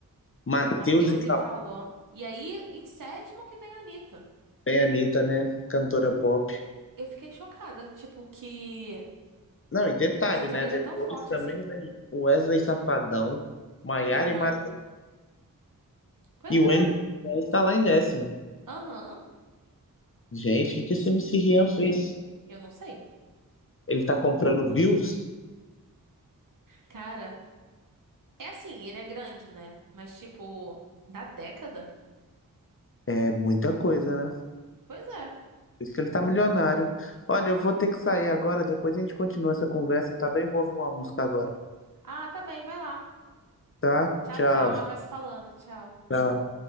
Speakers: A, on the left; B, on the right.
A: Matheus
B: Matheus
A: e Cauã,
B: e Cauã. E aí, em sétimo que vem a Anitta.
A: bem Anitta, né? Cantora pop.
B: Eu fiquei chocada, tipo, que
A: Não, e detalhe,
B: o sertanejo
A: né? Depois
B: é tão forte
A: também
B: assim.
A: vem o Wesley Safadão, Maiara
B: Aham.
A: e Maraíza,
B: Pois
A: e o MC
B: é.
A: Rian está lá em décimo.
B: Aham.
A: Gente, o que que esse M C Rian fez?
B: Eu não sei.
A: Ele tá comprando views?
B: Cara, é assim, ele é grande, né? Mas, tipo, da década?
A: É muita coisa, né?
B: Pois é.
A: Por isso que ele tá milionário. Olha, eu vou ter que sair agora, depois a gente continua essa conversa, tá bem? Vou ouvir uma música agora,
B: Ah, tá bem, vai lá.
A: tá?
B: Tchau,
A: Tchau.
B: tchau. A gente vai se falando. Tchau.
A: Tchau.